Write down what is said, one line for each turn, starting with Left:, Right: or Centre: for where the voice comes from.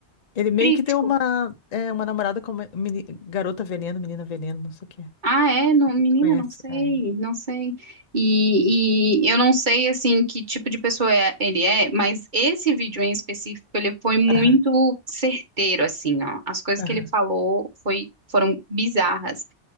Left: Ele meio
Right: crítico.
Left: que deu uma, é, uma namorada como meni- garota veneno, menina veneno, não sei o que é.
Right: Ah, é? Não,
Left: Não
Right: menina,
Left: sei se Tu conhece?
Right: não sei,
Left: É.
Right: não sei. E, e eu não sei, assim, que tipo de pessoa é- ele é, mas esse vídeo em específico, ele foi muito
Left: Aham,
Right: certeiro, assim, ó. As coisas
Left: aham,
Right: que ele falou foi, foram bizarras.